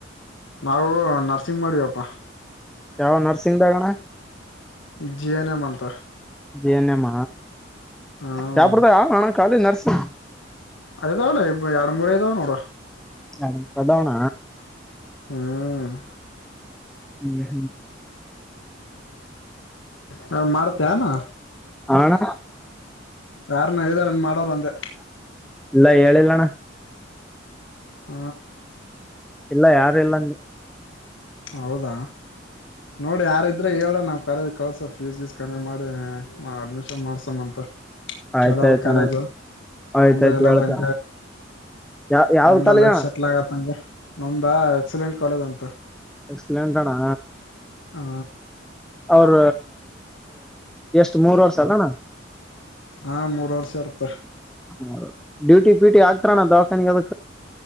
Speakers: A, on the left (about 75°); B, in the centre.
A: ನಾವು ನರ್ಸಿಂಗ್ ಮಾಡೀಿವಪ್ಪಾ
B: ಯಾವ ನರ್ಸಿಂಗ್ ಬಗೋಣ್ಣ
A: ಜಿಯ ಎನ ಎ ಮಂತ
B: ಜ ಎನ್ ಎಮ
A: ಹ್ಮ್
B: ಸಾಪಡದಾಾ ಹಣ ಕಾಲೇಜ್ ನರ್ಸಂಗ
A: ಅದಾವ ಎರಡು ಮೂರ ಇದಾವ ನೋಡ
B: ಹ ಅದಾವಣ
A: ಹ್ಮ್
B: ಹ್ಮ
A: ಹ ಮಾಡತ್ತೆ ಅಾನ
B: ಹಣ
A: ಕಾರಣ ಇದಾನ ಮಾಡೋರು ಅಂದೆ
B: ಇಲ್ಲ ಹೇಳಿಲ್ಲಣ್ಣ
A: ಹ
B: ಇಲ್ಲ ಯಾರಲ್ಲ
A: ಹೌದಾ ನೋಡಿ ಯಾರತಿ ಅ್ರೆ ಹೇಳ ನಾವ್ ಕಾಲೇಜ್ ಕಳಸ ಫೀಸ್ಸ್ ಕಮ್ಮಿ ಮಾಡಿ ಅಡ್ಮಿಷನ್ ಮಾಡ್ಸಮ ಅಂತ
B: ಆಯ್ತಾಯ್ತಣ್ಣ
A: ಚಲೋದ್ ಕಾಲೇದು
B: ಆಯ್ತಾಯ್ತು
A: ಮುಂದೆ ಚಲಂ
B: ಹೇಳ್ತ ಯಾವ ಯಾವ್ದ
A: ಮುಂದ
B: ಕಾಲೇಜ್
A: ಲೈ
B: ಅಣ್ಣ
A: ಸೆಟಲ್ ಆಗತ್ ನಂಗೆ ನಮಂದ ಎಕ್ಸಲೆಂಟ್ ಕಾಲೇಜ್ ಅಂತ
B: ಎಕ್ಸ್ಪ್ಲೇನ್ ತಾನಾ
A: ಹಾ
B: ಅವ್ರ ಎಷ್ಟ ಮೂರ್ ವರ್ಷ ಅಲ್ಲನ
A: ಹಾ ಮೂರು ವರ್ಷ ಇರ್ತ
B: ಹೌದು ಡ್ಯೂಟಿ ಟಿ ಆಗ್ತಾರಣ ದವಸಾನಗೆ ಅದ